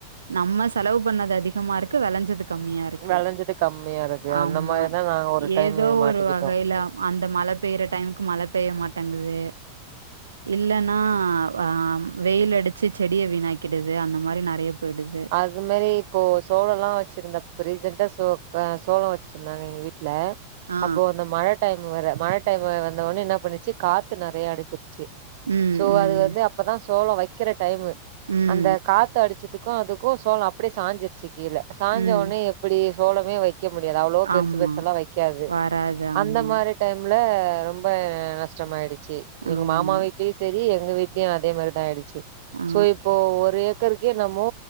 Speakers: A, on the right; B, on the right.
A: நம்ம செலவு பண்ணது அதிகமா இருக்கு வெளஞ்சது கம்மியா இருக்கு
B: வெளஞ்சது கம்மியா இருக்கு
A: ஆமா
B: அந்த மாரிதா நாங்க ஒரு
A: ஏதோ
B: டைம் மாட்டிக்கிட்டோ
A: ஒரு வகையில அந்த மழ பெய்ற டைமுக்கு மழ பெய்ய மாட்டேங்குது இல்லன்னா வ ஆ வெயில் அடுச்சு செடிய வீணாக்கிடுது அந்த மாரி நெறயா போய்டுது
B: அதுமாரி இப்போ சோளோலா வச்சுருந்த இப்ப ரீசண்டா சோ அ சோளோ வச் ருந்தாங்க எங்க வீட்ல
A: ஆ
B: அப்போ அந்த மழ டைம் வேற மழ டைம் வந்தவொனே என்ன பண்ணுச்சு காத்து நெறைய அடுச்சுருச்சு
A: ம்
B: சோ
A: ம்
B: அது வந்து அப்பதா சோளோ வெக்கிற டைமு
A: ம்
B: அந்த காத்து அடுச்சதுக்கு அதுக்கு சோளோ அப்டியே சாஞ்சுருச்சு கீழ சாஞ்ச
A: ம்
B: ஒனே இப்டியே சோளமே வைக்க முடியாது அவ்ளோவோ பெருசு
A: ஆமா
B: பெருசால்லா வைக்காது
A: வராது. ஆமா,
B: அந்த மாரி டைம்ல ரொம்ப நஷ்டமாயிடுச்சு
A: ஆமா.
B: எங்க மாமா வீட்லயு செரி எங்க வீட்லயு அதே மாரிதா ஆய்டுச்சு
A: ஆ,
B: சோ இப்போ ஒரு ஏக்கருக்கே நம் மோ